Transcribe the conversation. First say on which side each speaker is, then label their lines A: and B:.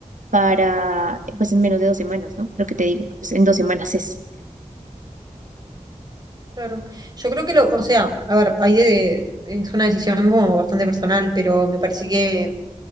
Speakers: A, on the right; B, on the right.
A: para,
B: mm,
A: pues en menos de dos semanas, ¿no? Lo que te digo, pues en dos semanas es.
B: claro. Yo creo que lo, o sea, a ver, hay de, es una decisión como bastante personal, pero me parece que